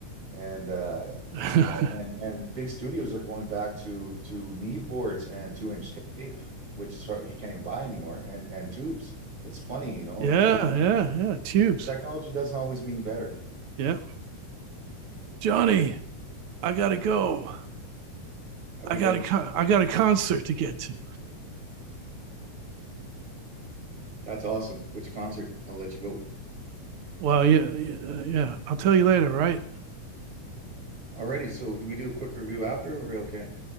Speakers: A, on the right; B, on the right.
A: and uh,
B: <laughs> yeah.
A: you know and and big studios are going back to to Neve boards and two inch tape, which is hard, you can't even buy anymore, and and tubes. It's funny, you know,
B: Yeah.
A: technology
B: Yeah. Yeah. Tubes.
A: technology doesn't always mean better.
B: Yeah. Johnny, I got to go.
A: Have
B: I
A: you
B: got
A: been?
B: a con- I got a concert to get to.
A: That's awesome. Which concert? I'll let you go.
B: Well, yeah, yeah, yeah. I'll tell you later, right?
A: Alrighty, so do we do a quick review after or are we okay?